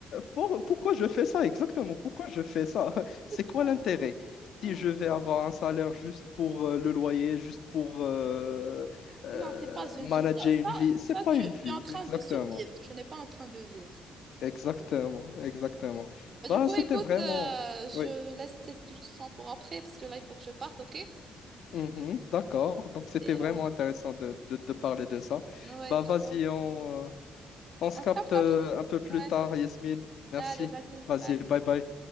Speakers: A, on the left (about 70°); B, on the right (about 40°).
A: Pour- pourquoi je fais ça exactement? Pourquoi je fais ça? <laughs> C'est
B: C'est trop.
A: quoi l'intérêt?
B: Ouais.
A: Si je vais avoir un salaire juste pour euh, le loyer, juste pour euh, euh,
B: Non, c'est pas une
A: manager
B: vie, ça.
A: une
B: Ça,
A: vie, c'est
B: ça
A: pas
B: tu,
A: une vie,
B: tu es en train
A: exactement.
B: de survivre. Tu n'es pas en train de vivre.
A: Exactement,
B: Ouais.
A: exactement.
B: Ouais. Bah,
A: Bah,
B: du coup,
A: c'était
B: écoute,
A: vraiment.
B: euh, je
A: Oui.
B: laisse ces discussions pour après parce que là, il faut que je parte, ok?
A: Mhm, d'accord. Donc, c'était
B: Et
A: vraiment intéressant de, de- de parler de ça.
B: euh, ouais,
A: Bah,
B: trop.
A: vas-y, on, euh, on se
B: On
A: capte
B: se capte
A: euh,
B: après.
A: un peu plus
B: Ouais.
A: tard, Yasmine. Merci.
B: Allez, vas-y.
A: Vas-y,
B: Bye.
A: bye bye.